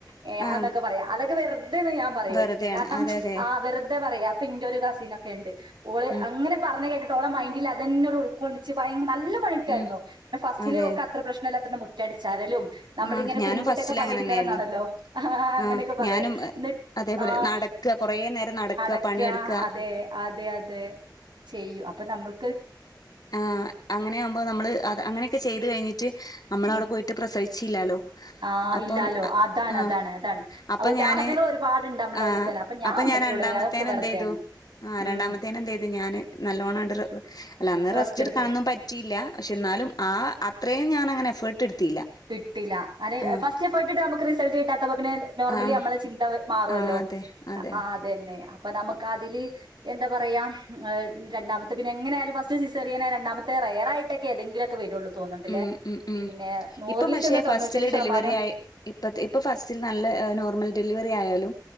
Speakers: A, on the right; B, on the left.
A: ഏ
B: ആ
A: അന്നൊക്കെ പറയാം അതൊക്കെ വെറ് ത് ഞാൻ പറയും
B: വെറുതെയാണ്
A: കാരണം
B: അതെ അതെ
A: ആ വെറുതെ പറയാ പ്പിന്റെ ഒരു കസിനൊക്കെ ഇണ്ട് ഓള്
B: ഉം
A: അങ്ങനെ പറഞ്ഞ കേട്ട് ട്ടൊളെ മൈന്റിലാ അതന്നെ ഓള് ഉൾക്കൊള്ളിച്ച് ഭയ നല്ല പണിയെടുക്കാരുന്നു
B: ഉം
A: പിന്നെ ഫസ്റ്റിലെ
B: അതെ
A: ഒക്ക് അത്ര പ്രശ്നല്ലാത്തോണ്ട് മു റ്റടിച്ചാരലും നമ്മളിങ്ങനെ
B: ആ ഞാനും
A: കുമ്പിട്ടൊക്കെ
B: ഫസ്റ്റില്
A: പണിയെടുക്കണം
B: അങ്ങനെ തന്നെയായിരുന്നു
A: ന്നാണല്ലോ ആ് അങ്ങനെയൊക്കെ
B: ആ
A: പറയൂ
B: ഞാനും
A: ന്നിട്ട്
B: അതേപോലെ
A: ആ
B: നടക്കുക കൊറേ നേരം നടക്കുക
A: അടക്ക
B: പണിയെടുക്കുക
A: അതെ -അതെ -അതെ ചെയ്യൂ അപ്പൊ നമ്മൾ-
B: ആ് -അങ്ങനെയാവുമ്പോ നമ്മള് അ അങ്ങനെയൊക്കെ ചെയ്ത് കഴിഞ്ഞിട്ട് നമ്മളവിടെപോയിട്ട്
A: ഉം
B: പ്രസവി ചിലാലോ
A: ആ
B: അപ്പം
A: ഇല്ലാലോ അതാണ്
B: ആ
A: അതാണ് അതാണ്
B: -അപ്പൊ
A: ആ ഉദാഹരണങ്ങൾ
B: ഞാന്
A: ഒരുപാടുണ്ട് നമ്മളെ
B: ആ
A: അടുത്ത് തന്നെ
B: -അപ്പൊ
A: ഉമ്മച്ചിയോട്
B: ഞാൻ രണ്ടാമത്തേനന്ത്
A: പറയാം അതൊക്കെ വെറുതെയാണ്
B: ചെയ്തു ആ്
A: ഉം
B: രണ്ടാമത്തേന ന്ത് ചെയ്തു ഞാാന് നല്ലോണംണ്ട് അല്ല അന്ന് റസ്റ്റ്െടുക്കണൊന്നും
A: റെസ്റ്റ് എടുത്ത്
B: പറ്റിയില്ല പക്ഷെ ന്നാലും ആ അത്ര ഞാന അങ്ങെനേ ഫർട്ട് എടുത്തില്ല
A: കിട്ടില്ല അരെ
B: ആഹ്
A: ഫസ്റ്റ് എഫെർട്ടിട്ടാ നമക് റിസ് ചേട്ടാ അപ്പൊപിന്നെ നോർമലി
B: ആഹ്
A: നമ്മളെ ചിന്ത മാറ്വല്ലോ
B: ആഹ് അതെ അതെ
A: ആ അതന്നെ നമുക്കതില് എന്താ പറയാ രണ്ടാമത്തെ പിന്നെ എങ്ങനായാലും ഫസ് സിസേറിയനാ രണ്ടമത്തെ റയറായിട്ടൊക്കെ തെങ്കിലുക്കെ വരുള്ളൂ തോന്നണ്ടല്ലേ
B: ഉം ഉം ഉം
A: പിന്നെ നൂറില്
B: ഇപ്പം പക്ഷെ
A: ചെന്ന് തൊണ്ണൂറ്റൊന്ന്
B: ഫസ്റ്റില്
A: ശതമാനം
B: ഡെലിവറി ആയ ഇപ്പ ഇപ്പ ഫസ്റ്റിൽ നല്ല നോർമൽ ഡെലിവ വറി ആയാലും